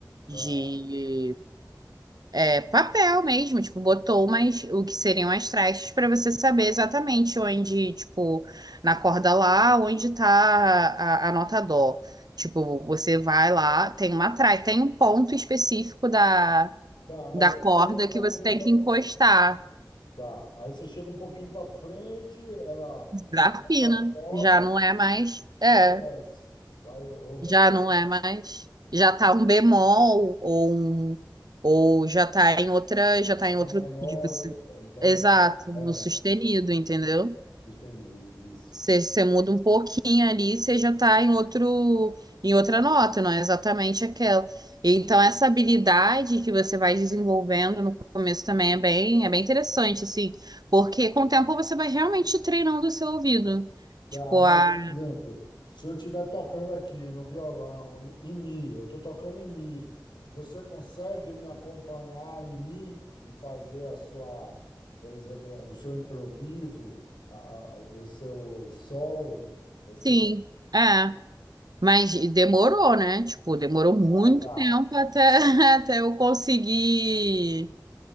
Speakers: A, on the left (about 85°); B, on the right (about 60°).
A: Tá,
B: de é papel mesmo, tipo, botou umas, o que seriam as trastes para você saber exatamente onde, tipo, na corda lá, onde tá a, a nota dó. Tipo, você vai lá, tem uma traste, tem um ponto específico da,
A: tá, mas
B: da
A: você
B: corda
A: chega um pouquinho
B: que você tem
A: pra...
B: que encostar.
A: Tá, aí você chega um pouquinho para frente, ela
B: Da
A: a nota
B: fina,
A: sobe
B: já não é mais, é,
A: ou desce. Vai, ou,
B: já não é mais, já tá um bemol ou um, ou já tá em outra, já tá em
A: dó
B: outro,
A: menor,
B: de você-
A: né? Dó
B: exato,
A: menor. É,
B: no sustenido, entendeu?
A: sustenido, isso.
B: Você, você muda um pouquinho ali, você já está em outro, em outra nota, não é exatamente aquela. Então, essa habilidade que você vai desenvolvendo no começo também é bem, é bem interessante, assim, porque com o tempo você vai realmente treinando o seu ouvido.
A: Tá,
B: Tipo,
A: mas,
B: ah,
A: por exemplo, se eu estiver tocando aqui no violão, em, em mi, eu estou tocando em mi, você consegue me acompanhar em mi e fazer a sua, por exemplo, o seu improviso, a- a- o seu solo? Você...
B: sim, é. Mas demorou, né? Tipo, demorou muito
A: Ah, tá.
B: tempo até, <laughs> até eu conseguir,